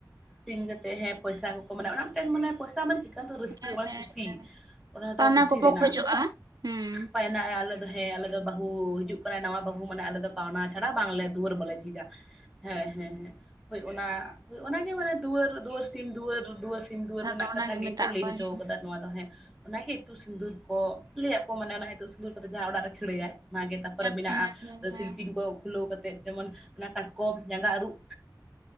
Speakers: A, in the centre; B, on the right (about 55°).
A: ᱥᱤᱧ ᱠᱟᱛᱮᱫ ᱦᱮᱸ ᱯᱚᱭᱥᱟ ᱠᱚᱠᱚ ᱢᱮᱱᱟ ᱚᱱᱟ ᱢᱤᱫᱴᱮᱱ ᱢᱟᱱᱮ ᱯᱚᱭᱥᱟ ᱢᱟᱱᱮ ᱪᱤᱠᱟᱹᱛᱮ ᱨᱟᱹᱥᱠᱟᱹ
B: ᱦᱮᱸ
A: ᱵᱟ
B: ᱦᱮᱸ
A: ᱠᱩᱥᱤ ᱚᱱᱟ
B: ᱯᱟᱣᱱᱟ
A: ᱫᱚ ᱠᱩᱥᱤ
B: ᱠᱚᱠᱚ
A: ᱨᱮᱱᱟᱜ
B: ᱠᱷᱚᱡᱚᱜᱼᱟ ᱦᱮᱸ
A: ᱯᱟᱭᱱᱟ ᱟᱞᱮ ᱫᱚ ᱦᱮᱸ ᱟᱞᱮ ᱫᱚ ᱵᱟᱹᱦᱩ ᱦᱤᱡᱩᱜ ᱠᱟᱱᱟᱭ ᱱᱟᱣᱟ ᱵᱟᱹᱦᱩ ᱢᱟᱱᱮ ᱟᱞᱮ ᱫᱚ ᱯᱟᱣᱱᱟ ᱪᱷᱟᱰᱟ ᱵᱟᱝᱞᱮ ᱫᱩᱣᱟᱹᱨ ᱵᱟᱞᱮ ᱡᱷᱤᱡᱟ ᱦᱮᱸ ᱦᱮᱸ ᱦᱮᱸ ᱦᱚᱭ ᱚᱱᱟ-ᱦᱚᱭ ᱚᱱᱟ ᱜᱮ ᱵᱚᱞᱮ ᱫᱩᱣᱟᱹᱨ ᱫᱚᱥ ᱥᱤᱢ ᱫᱩᱣᱟᱹᱨ ᱫᱩᱣᱟᱹᱨ ᱥᱤᱢ ᱫᱩᱣᱟᱹᱨ ᱨᱮᱱᱟᱜ
B: ᱫᱚ ᱚᱱᱟᱜᱮ
A: ᱠᱟᱛᱷᱟ ᱜᱮᱠᱚ
B: ᱢᱮᱛᱟᱜ
A: ᱞᱟᱹᱭ
B: ᱠᱚᱣᱟ
A: ᱦᱚᱪᱚᱣ
B: ᱦᱮᱸ
A: ᱠᱟᱫᱟ ᱱᱚᱣᱟ ᱫᱚ ᱦᱮᱸ ᱚᱱᱟᱜᱮ ᱤᱛᱩ ᱥᱤᱸᱫᱩᱨ ᱠᱚ ᱞᱟᱹᱭᱟ ᱠᱚ ᱢᱟᱱᱮ ᱚᱱᱟ ᱤᱛᱩᱫ ᱥᱤᱸᱫᱩᱨ ᱠᱚᱫᱚ ᱡᱟᱦᱟᱸ ᱚᱲᱟᱜ ᱨᱮ ᱠᱷᱟᱹᱲᱟᱹᱭᱟᱭ ᱚᱱᱟᱜᱮ ᱛᱟᱯ ᱠᱚᱨᱮ
B: ᱟᱪᱪᱷᱟ
A: ᱢᱮᱱᱟᱜᱼᱟ
B: ᱦᱮᱸ ᱦᱮᱸ ᱦᱮᱸ
A: ᱥᱤᱞᱯᱤᱧ ᱠᱚ ᱠᱷᱩᱞᱟᱹᱣ ᱠᱟᱛᱮᱫ ᱡᱮᱢᱚᱱ ᱚᱱᱟ ᱠᱟᱴᱠᱚᱢ ᱡᱟᱸᱜᱟ ᱟᱹᱨᱩᱵ